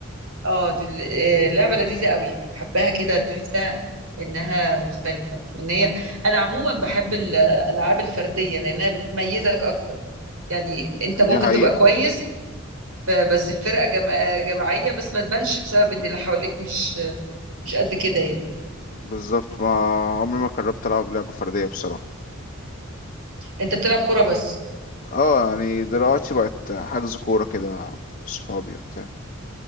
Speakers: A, on the right; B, on the left.
A: اه دي ال- آه، لعبه لذيذه قوي حباها كده تحسها انها مختلفه وان هي انا عموما بحب الالعاب الفرديه لانها بتميزك اكتر يعني انت ممكن
B: دي حقيقة
A: تبقى كويس ب- بس في فرقه جما- جماعيه بس ما تبانش بسبب ان اللي حواليك مش مش قد كده يعني
B: بالظبط ما عمري ما جربت ألعب لعبة فردية بصراحة
A: انت بتلعب كوره بس
B: اه يعني دلوقتي بقت حجز كورة كده صحابي وبتاع